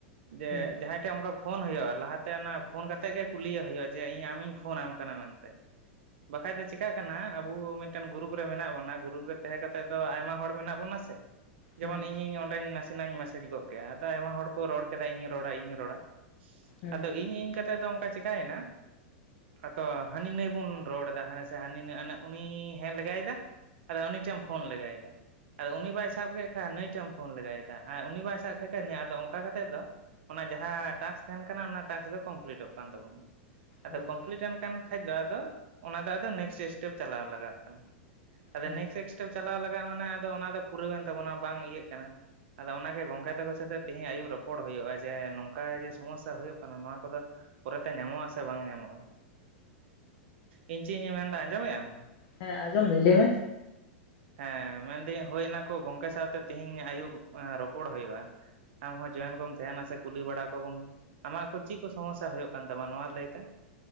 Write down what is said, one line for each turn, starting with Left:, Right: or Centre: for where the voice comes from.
Right: ᱡᱮ
Left: ᱦᱩᱸ
Right: ᱡᱟᱦᱟᱭ ᱢᱤᱫᱴᱮᱱ ᱯᱷᱳᱱ ᱦᱩᱭᱩᱜᱼᱟ ᱞᱟᱦᱟᱛᱮ ᱚᱱᱟ ᱯᱷᱳᱱ ᱠᱟᱛᱮᱜ ᱜᱮ ᱠᱩᱞᱤᱭᱮ ᱦᱩᱭᱩᱜᱼᱟ ᱡᱮ ᱤᱧ ᱟᱢᱤᱧ ᱯᱷᱳᱱᱟᱢ ᱠᱟᱱᱟ ᱢᱮᱱᱛᱮ᱾ ᱵᱟᱠᱷᱟᱡ ᱫᱚ ᱪᱮᱠᱟᱜ ᱦᱮᱸ ᱟᱵᱚ ᱢᱤᱫᱴᱮᱱ ᱜᱩᱨᱩᱯ ᱨᱮ ᱢᱮᱱᱟᱜ ᱵᱚᱱᱟ ᱜᱩᱨᱩᱯ ᱨᱮ ᱛᱟᱦᱮᱸ ᱠᱟᱛᱮ ᱫᱚ ᱟᱭᱢᱟ ᱦᱚᱲ ᱢᱮᱱᱟᱜ ᱵᱚᱱᱟ ᱥᱮ ᱡᱮᱢᱚᱱ
Left: ᱦᱩᱸ
Right: ᱤᱧᱤᱧ ᱚᱸᱰᱮ ᱱᱟᱥᱮᱱᱟᱜᱧ ᱢᱮᱥᱮᱡᱽ ᱜᱚᱜ ᱠᱮᱜ-ᱟ, ᱟᱫᱚ ᱟᱭᱢᱟ ᱦᱚᱲ ᱠᱚ ᱨᱚᱲ ᱠᱮᱫᱟ, ᱤᱧ ᱨᱚᱲᱟ ᱤᱧ ᱨᱚᱲᱟ᱾
Left: ᱦᱩᱸ
Right: ᱟᱫᱚ ᱤᱧ ᱤᱧ ᱠᱟᱛᱮᱫ ᱫᱚ, ᱚᱱᱠᱟ ᱪᱮᱤᱠᱟᱹᱭᱱᱟ? ᱟᱫᱚ ᱦᱟᱹᱱᱤ ᱱᱟᱹᱭ ᱵᱚᱱ ᱨᱚᱲ ᱫᱟ, ᱦᱟᱱᱮ ᱥᱮ ᱦᱟᱹᱱᱤ ᱱᱟᱹᱭ ᱩᱱᱤ ᱦᱮ ᱞᱮᱜᱟᱭᱮᱫᱟ᱾ ᱟᱫᱚ ᱩᱱᱤ ᱴᱷᱮᱜ ᱮᱢ ᱯᱷᱳᱱ ᱞᱮᱜᱟᱭ ᱫᱟ ᱟᱫᱚ ᱩᱱᱤ ᱵᱟᱭ ᱥᱟᱵ ᱠᱮᱫ ᱱᱟᱹᱭ ᱴᱷᱮ ᱮᱢ ᱯᱷᱳᱱ ᱞᱮᱜᱟᱭᱮᱫᱟ ᱟᱨ, ᱩᱱᱤ ᱵᱟᱭ ᱥᱟᱵ ᱠᱟᱷᱱ ᱟᱫᱚ ᱚᱱᱠᱟ ᱠᱟᱛᱮᱫ ᱫᱚ? ᱚᱱᱟ ᱡᱟᱦᱟᱸ ᱴᱟᱠᱥ ᱛᱟᱦᱮᱱ ᱠᱟᱱᱟ ᱚᱱᱟ ᱴᱟᱠᱥ ᱫᱚ ᱠᱚᱢᱯᱞᱤᱴᱚᱜ ᱠᱟᱱ ᱛᱟᱵᱚᱱᱟ᱾ ᱟᱫᱚ
Left: ᱦᱳᱭ
Right: ᱠᱚᱢᱯᱞᱤᱴᱮᱱ ᱠᱟᱱ ᱠᱷᱟᱭᱡ ᱫᱚ ᱟᱫᱚ ᱚᱱᱟ ᱫᱚ ᱟᱫᱚ ᱱᱮᱠᱥᱴ ᱥᱴᱮᱯ ᱪᱟᱞᱟᱣ ᱞᱟᱜᱟᱜ ᱠᱟᱱᱟ᱾ ᱟᱫᱚ
Left: ᱦᱩᱸ
Right: ᱱᱮᱠᱥᱴ ᱮᱠ ᱥᱴᱮᱯ ᱪᱟᱞᱟᱣ ᱞᱟᱜᱟᱜ-ᱟ ᱢᱟᱱᱮ ᱟᱫᱚ ᱚᱱᱟ ᱫᱚ ᱯᱩᱨᱟᱹᱣᱮᱱ ᱛᱟᱵᱚᱱᱟ ᱵᱟᱝ ᱤᱭᱟᱹᱜ ᱠᱟᱱᱟ᱾ ᱟᱫᱚ ᱚᱱᱟ ᱜᱮ ᱜᱚᱝᱠᱮ ᱛᱟᱠᱚ ᱥᱟᱛᱮᱜ ᱛᱮᱤᱦᱤᱧ ᱟᱹᱭᱩᱵ ᱨᱚᱯᱚᱲ ᱦᱩᱭᱩᱜ-ᱟ ᱡᱮ ᱱᱚᱝᱠᱟ ᱡᱮ ᱥᱚᱢᱚᱥᱟ ᱦᱩᱭᱩᱜ ᱠᱟᱱᱟ ᱱᱚᱣᱟ ᱠᱚ ᱫᱚ᱾ ᱯᱚᱨᱮᱛᱮ ᱧᱟᱢᱚᱜ ᱟᱥᱮ ᱵᱟᱝ ᱧᱟᱢᱚᱜ-ᱟ ᱤᱧ ᱪᱮᱫ ᱤᱧ ᱢᱮᱱᱫᱟ ᱟᱸᱡᱚᱢᱮᱜ ᱟᱢ᱾
Left: ᱦᱮᱸ ᱟᱸᱡᱚᱢ ᱫᱟᱹᱧ ᱞᱟᱹᱭ ᱢᱮ᱾
Right: ᱦᱮᱸ ᱢᱮᱱᱫᱟᱹᱧ ᱦᱳᱭ ᱱᱟ ᱠᱚ ᱜᱚᱝᱠᱮ ᱥᱟᱶ ᱛᱮ ᱛᱮᱦᱤᱧ ᱟᱹᱭᱩᱵ ᱨᱚᱯᱚᱲ ᱦᱩᱭᱩᱜ-ᱟ ᱟᱢᱦᱚᱸ ᱡᱚᱭᱮᱱ ᱠᱚᱢ ᱛᱟᱦᱮᱱᱟ ᱥᱮ ᱠᱩᱞᱤ ᱵᱟᱲᱟ ᱠᱚᱵᱚᱱ᱾ ᱟᱢᱟᱜ ᱠᱚ ᱪᱮᱫ ᱠᱚ ᱥᱚᱢᱚᱥᱟ ᱦᱩᱭᱩᱜ ᱠᱟᱱ ᱛᱟᱢᱟ ᱱᱚᱣᱟ ᱞᱟᱹᱭᱛᱮ?